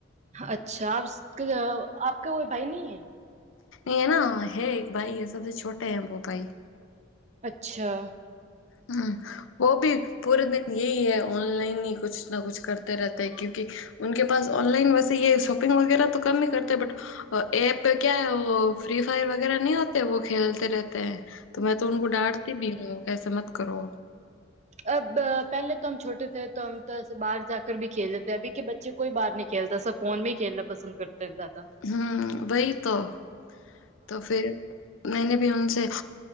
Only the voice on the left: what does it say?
હેના હૈ એક ભાઈ વેસે તો છોટા હૈ વો ભાઈ
હમ વો ભી પૂરે દિન <unintelligible> ઉનકે પાસ ઓનલાઇન વૈસે એ શોપિંગ વગેરા તો કમ ન કરતા બટ એપ ક્યા ફ્રી ફાયર વગેરા નહી હોતે વ ખેલતી રહેતે હ તો મેં તોઊ ડાંટતી ભી હું કસ મત કરો
<unintelligible> મેને ભીને ઉનસે